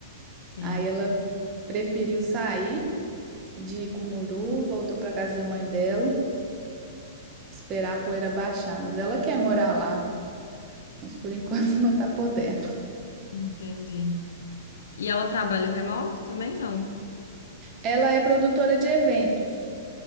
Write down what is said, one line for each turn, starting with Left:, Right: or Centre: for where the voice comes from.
Left: Eita,
Right: Aí ela preferiu sair de Cumuru, voltou pra casa da mãe dela, esperar a poeira baixar, mas ela quer morar lá, mas por enquanto <laughs> não tá podendo.
Left: entendi. E ela trabalha remoto também, não?
Right: Ela é produtora de eventos.